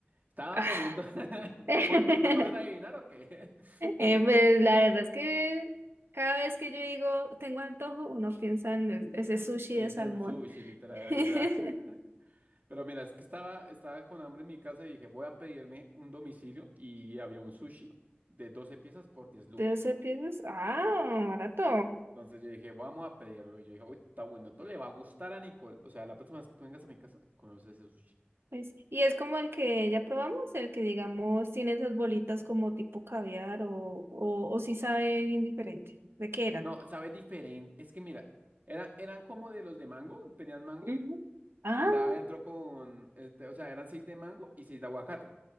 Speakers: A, on the right (about 40°); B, on the right (about 70°).
A: Estaba
B: Ah.
A: comiendo, <laughs>
B: <laughs>
A: muy, muy fácil de adivinar o qué. <laughs>
B: Eh, pues la verdad es que cada vez que yo digo tengo antojo, uno piensa en el- ese sushi
A: En,
B: de salmón.
A: en sushi, literal,
B: <laughs>
A: o sea. <laughs> Pero mira, es que estaba, estaba con hambre en mi casa y dije, voy a pedirme un domicilio y había un sushi de 12 piezas por 10 lucas.
B: Entonces piensas, ah, barato.
A: Entonces yo dije, vamos a pedirlo. Y yo dije, uy, está bueno, esto le va a gustar a Nicole. O sea, la próxima vez que tú vengas a mi casa, conoces ese sushi.
B: Pues, y es como el que ya probamos, el que digamos tiene esas bolitas como tipo caviar o, o, o sí sabe bien diferente. ¿De qué eran?
A: No, sabe diferente. Es que mira, era- eran como de los de mango, tenían mango,
B: Ujú. Ah,
A: y estaba dentro con, este, o sea, eran seis de mango y seis de aguacate. O